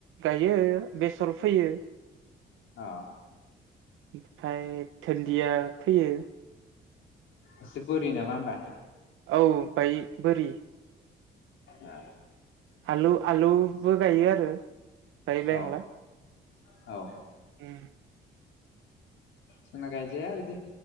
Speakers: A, on the right (about 90°); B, on the left (about 80°).
A: गायो बेसर फैयो।
B: औ।
A: ओमफ्राय धोनदिया फैयो।
B: एसे बोरि नामा होनबा?
A: औ बाय बोरि।
B: ओ।
A: आलु आलु बो गायो आरो। बायबांला
B: औ औ
A: उम
B: जोंना गायजाया बिदि